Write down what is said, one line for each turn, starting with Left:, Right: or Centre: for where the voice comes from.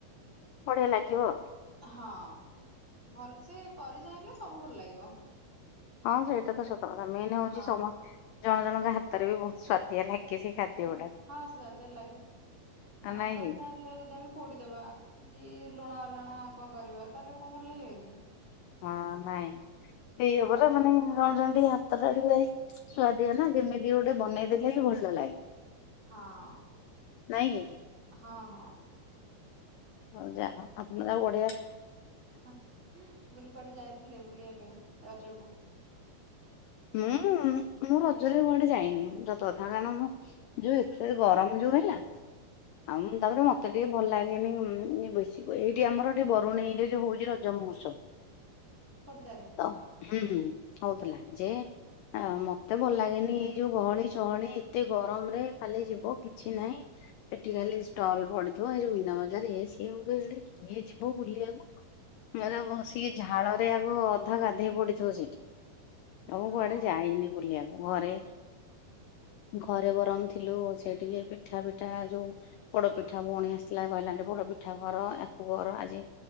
Left: ବଢି଼ଆ ଲାଗିବ।
Right: ହଁ ଭଲସେ କରି ଯାଇଁଲେ ସବୁ ଭଲ ଲାଗିବ।
Left: ହଁ ସେଇଟା ତ ସତ କଥା ମେନ୍ ହୋଉଚି
Right: ହଁ
Left: ସମସ୍ତ ଜଣ ଜଣଙ୍କ ହାତରେ ବି ବହୁତ ସ୍ଵାଆଦିଆ ଲାଗେ। ସେଇ ଖାଦ୍ୟ
Right: ଆ
Left: ଗୁଡାକ
Right: ହଁ ସୁଆଦିଆ ଲାଗେ ଆ ନକରି
Left: ନାଇଁ କି
Right: ଯାଇଁ ଯଦି ଆମେ ପୋଡ଼ିଦେବା କି ଲୁଣା ଅଲଣା ଙ୍କ କରିବା ତାହେଲେ ଙ୍କ ଭଲ ଲାଗିବ କି?
Left: ହଁ ନାଇଁ ସେଇଆ
Right: କରି
Left: ପରା ମାନେ ଜଣ ଯଦି ହା ତଟା ଟିକେ ସୁଆଦିଆ ନା ଯେମିତି ଗୋଟେ ବନେଇ ଦେଲେ ବି ଭଲ ଲାଗେ।
Right: ହଁ
Left: ନାଇଁ
Right: ହଁ ହଁ।
Left: ହୋଉ ଯାଅ <unintelligible> ବଢ଼ିଆ
Right: ହଁ ମୁଁ କହିଲି କୁଆଡ଼େ ଯାଇଥିଲେ ବୁଲିବା ପାଇଁ ରଜକୁ? <inaudible>
Left: ମୁଁ ମୁଁ ରଜରେ କୁଆଡ଼େ ଯାଇନି ସତ କଥା କାରଣ ମୁଁ ଯୋଉଁ ଏକ୍ସେସ ଗରମ ଯୋଉଁ ହେଲା ଆଉ ମୁଁ ତାପରେ ମତେ ଟିକେ ଭଲ ଲାଗେନି ବେଶୀ ଏଇଠି ଆମର ଟିକେ ବରୁଣେଇ ରେ ଯୋଉଁ ହୋଇଚି ରଜ ରଜ ମହୋତ୍ସବ
Right: ଖୋର୍ଦ୍ଧା ରେ?
Left: ହୁଁ ହୁଁ ହୁଁ ହଉଥିଲା ଯେ ଆ ମତେ ଭଲ ଲାଗେନି ଏଇ ଯୋଉଁ ଗହଳି ଚହଳି ଏତେ ଗରମ ରେ ଖାଲି ଯିବ କିଛି ନାହିଁ। ସେଠି ଖାଲି ଷ୍ଟଲ ପଡିଥିବ ଏଇ ମିନା ବଜାର ଇଏ ସିଏ ମୁଁ କହିଲି କିଏ ଯିବ ବୁଲିଆକୁ। ମେଳା ରେ ବସିକି ଝାଳ ରେ ଆଗ ଅଧା ଗାଧେଇ ପଡ଼ିଥିବ ସେଇଠି। ଆଉ ମୁଁ
Right: ହଁ
Left: କୁଆଡ଼େ ଯାଇନି ବୁଲିଆକୁ ଘରେ ଘରେ ବରମ ଥିଲୁ ସେ ଟିକେ ପିଠା ପିଠା ଯୋଉଁ ପୋଡ଼ ପିଠା ଭୋଉଣୀ ଆସଥିଲା କହିଲା ଟିକେ ପୋଡ଼ ପିଠା କର ଆକୁ ଘର ଆଜି